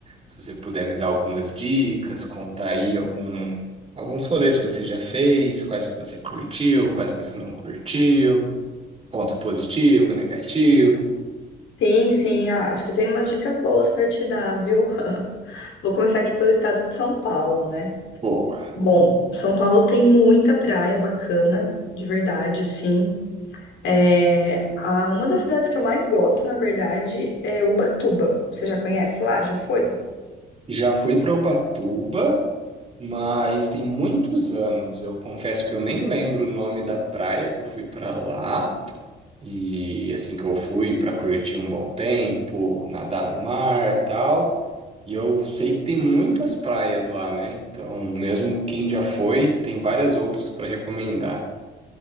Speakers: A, on the right; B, on the left.
A: Se você puder me dar algumas dicas, contar aí algum, alguns rolês que você já fez, quais que você curtiu, quais que você não curtiu, ponto positivo, negativo.
B: Sim, sim, ah, acho que eu tenho umas dicas boas para te dar, viu? Vou começar aqui pelo estado de São Paulo, né?
A: Boa.
B: Bom, São Paulo tem muita praia bacana, de verdade, assim. É, a- uma das cidades que eu mais gosto, na verdade, é Ubatuba. Você já conhece lá? Já foi?
A: Já fui para Ubatuba. Mas tem muitos anos, eu confesso que eu nem lembro o nome da praia que eu fui pra lá. E assim que eu fui pra curtir um bom tempo, nadar no mar, e tal. E eu sei que tem muitas praias lá, né? Então, mesmo quem já foi, tem várias outras pra recomendar.